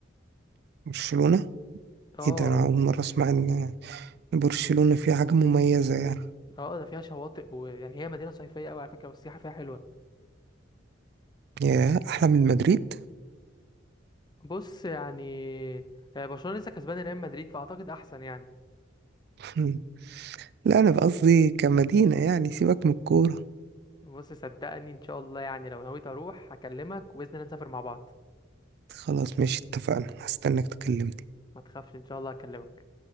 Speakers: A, on the right; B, on the left.
A: برشلونه
B: اه
A: ايه ده انا اول مرة اسمع ان برشلونة فيها حاجة مميزة يعني
B: اه ده فيها شواطئ ويعني هي مدينة صيفية قوي على فكرة والسياحة فيها حلوة
A: ياه احلى من مدريد
B: بص يعني آه، برشلونة لسه كسبان ريال مدريد فأعتقد أحسن يعني
A: <laughs> لا انا قصدي كمدينة يعني سيبك من الكورة
B: بص صدقني إن شاء الله يعني لو نويت أروح هكلمك وبإذن الله نسافر مع بعض
A: خلاص ماشي اتفقنا هستناك تكلمني
B: ما تخافش إن شاء الله هكلمك